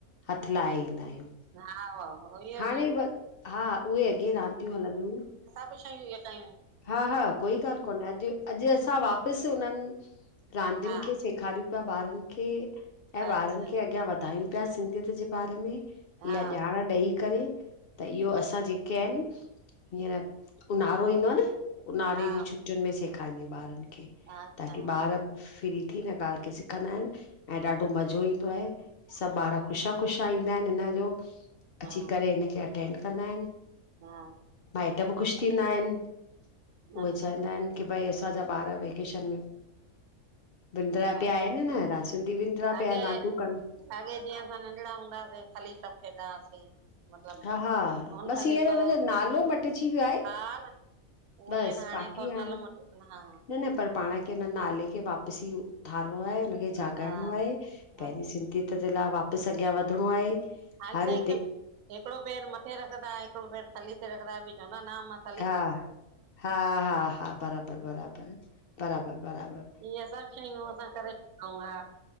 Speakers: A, on the left (about 60°); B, on the right (about 85°).
A: हथु लाहे ईंदा आहियूं।
B: वाह -वाह, इहो
A: हाणे
B: बि
A: हा उहे अॻे रांदियूं हलंदियूं
B: सभु शयूं इये कयूं।
A: हा -हा कोई ॻाल्हि कोन्हे अॼु अॼु असां वाप पसि उननि रांदियुनि
B: हा
A: खे सेखारियूं पिया ॿारनि खे ऐं
B: अच्छा
A: ॿारनि खे अॻियां वधायूं पिया, सिंधीयत जे बारे में
B: हा
A: इहा ॼाण ॾेई करे। त इहो असां जेके आहिनि हींअर ऊन्हारो ईंदो आ न ऊन्हारे
B: हा
A: जी छुट् टुनि में सेखारींदा ॿारनि खे
B: अच्छा
A: ताकी
B: हा
A: ॿार फ्री थी हिन ॻाल्हि खे सिखंदा आहिनि, ऐं ॾाढो मज़ो ईंदो आहे सभु
B: हम्म
A: ॿार ख़ुश कुछा ईंदा आहिनि हिन जो, अची
B: हा
A: करे हिनखे अटेंड कंदा आहिनि।
B: हा
A: माइट बि ख़ुशि थींदा आहिनि, उहे
B: अच्छा
A: चवंदा आहिनि की भई असांजा ॿार वेकेशन में विंदरा
B: अच्छा
A: पिया आहिनि न, न सिंधी विंदरा
B: अॻे
A: पिया आहिनि रांधयूं कनि
B: अॻे जीअं असां नंढिड़ा हूंदा हुआसीं हली सभ खेॾंदा हुआसीं। मतिलबु
A: हा-हा
B: हुन
A: बसि
B: थली
A: हींअर
B: थो
A: हुनजो नालो मटिजी वियो आहे,
B: हा न उहो
A: बसि
B: ई आहे न
A: बाकी
B: थोरो
A: हाणे
B: नालो मटो हा
A: न न पर पाण खे इन नाले खे वापसी उथारणो आहे हुनखे जाॻाइणो
B: हा
A: आहे पंहिंजे
B: अच्छा
A: सिंधी यत जे लाइ वापसि अॻियां वधिणो आहे।
B: हाल
A: हर
B: ताईं हिकु
A: दे
B: हिकिड़ो पेर मथे रखंदा हिकिड़ो पेर थली ते रखंदा बि चवंदा न मथ
A: हा- हा -हा -हा बराबर -बराबर बराबर -बराबर
B: इंए सब शयूं असां करे सघंउ। हा